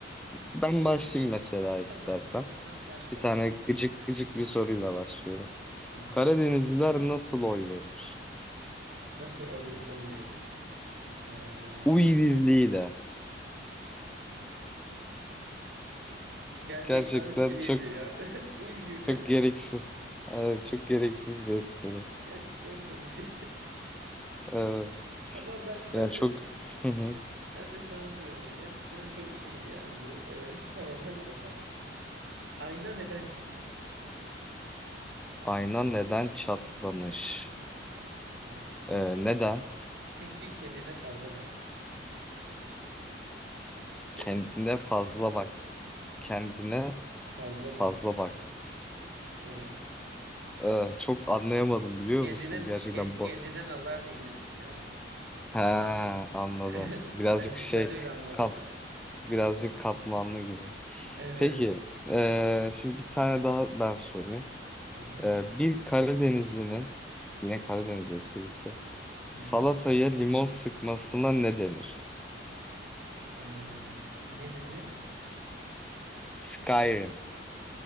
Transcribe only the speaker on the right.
Tamam. Tamam başla.
Tamam.
Nasıl oy, oy verir? Ee,
<laughs> gerçekten
şeydi
ya. <laughs> Uy birle.
Gerçekten komik bir <laughs>
Tamam ben ben
de
ben de sana soruyorum. Gerçekten çok şeydi yani bu. Evet. Tamam hadi bakalım. Ayna neden çatlamış?
Evet.
Çünkü kendine fazla bakmış.
<laughs>
Fazla
bakmış.
Evet.
Kendine
ke- kendine
nazar değdirmiş yani.
<laughs>
Bence
ben öyle anladım
yani.
Evet.
Hı hı.
Hı hı.
Eee, ne denir?